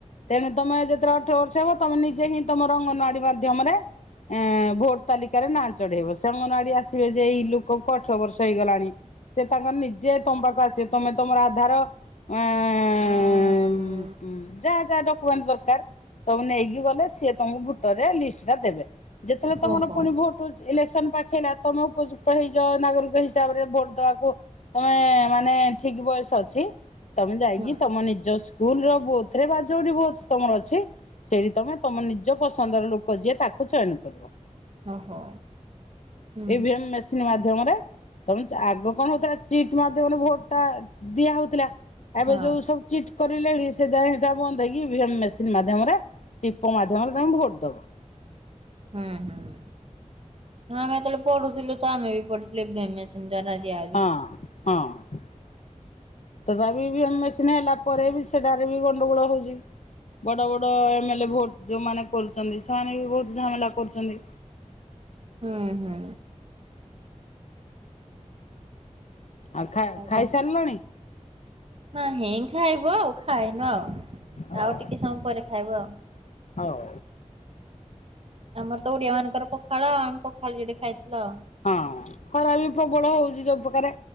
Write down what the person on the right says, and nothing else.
ହୁଁ।
ଓହୋ
ହୁଁ
ଓହୋ। ହୁଁ
ହଁ
ହୁଁ। ହଁ ଆମେ ଯେତେବେଳେ ପଢୁଥିଲୁ ତ ଆମେ ବି ପଢିଥିଲୁ। <unintelligible>
<unintelligible>
ହୁଁ ହୁଁ।
ଆଉ
କଣ
ନାହିଁ ଖାଇବୁ ଆଉ ଖାଇନୁ ଆଉ
ଆଉ ଟିକେ ହଁ ପରେ ଖାଇବୁ ଆଉ
ଆମର ତ ଓଡିଆ ମାନଙ୍କର ପଖାଳ ଆଉ ଆମେ ପଖାଳ ଯୋଡେ ଖାଇଥିଲୁ ଆଉ